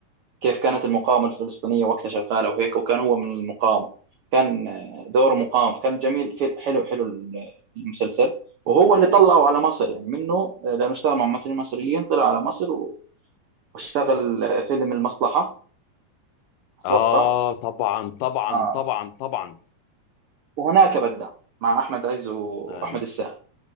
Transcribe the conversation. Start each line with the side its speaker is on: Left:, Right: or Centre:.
Right: كيف كانت المقاومة الفلسطينية وقتها شغالة وهيك وكان هو من المقاومة كان آه، دوره مقاوم كان جميل في حلو حلو ال- المسلسل وهو اللي طلعه على مصر يعني منه آه، لأنه اشتغل مع ممثلين مصريين طلع على مصر و- واشتغل آه، فيلم المصلحة أتوقع
Left: اه طبعا طبعا
Right: آه.
Left: طبعا طبعا
Right: وهناك بدأ مع أحمد عز وأحمد
Left: آه.
Right: السقا